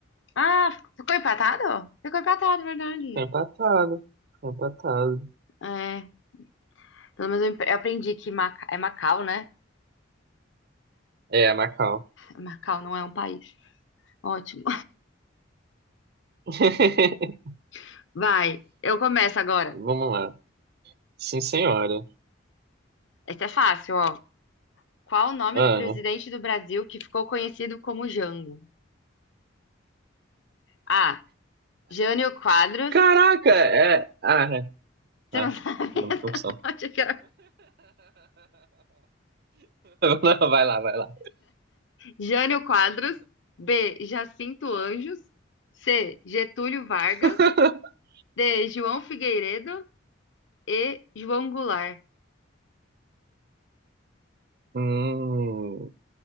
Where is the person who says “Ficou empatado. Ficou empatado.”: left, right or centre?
Right